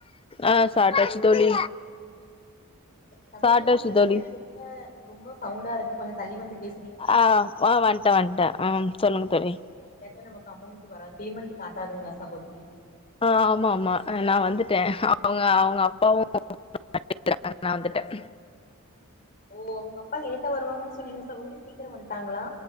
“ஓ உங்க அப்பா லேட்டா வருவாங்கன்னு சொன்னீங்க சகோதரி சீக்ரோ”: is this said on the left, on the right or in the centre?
Left